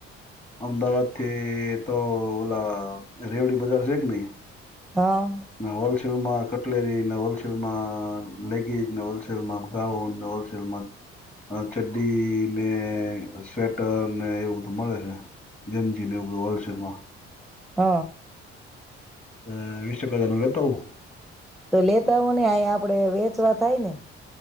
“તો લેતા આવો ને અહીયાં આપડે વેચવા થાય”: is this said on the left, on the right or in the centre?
Centre